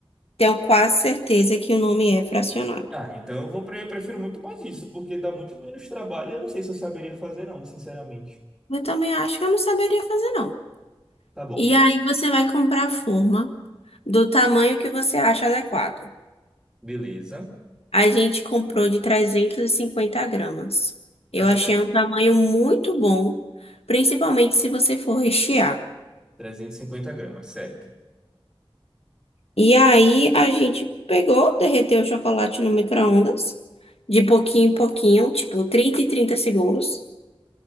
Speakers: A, on the left; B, in the centre.
A: Tenho quase certeza que o nome é fracionado.
B: Ah, então eu vou pre- prefiro muito mais isso, porque dá muito menos trabalho. Eu não sei se eu saberia fazer, não, sinceramente.
A: Eu também acho que eu não saberia fazer, não.
B: Tá bom.
A: E aí você vai comprar a forma do tamanho que você acha adequado.
B: Beleza.
A: A gente comprou de 350 gramas. Eu
B: Tá certo.
A: achei um tamanho muito bom, principalmente se você for rechear.
B: trezentos e cinquenta gramas, certo.
A: E aí a gente pegou, derreteu o chocolate no micro-ondas, de pouquinho em pouquinho, tipo 30 e 30 segundos.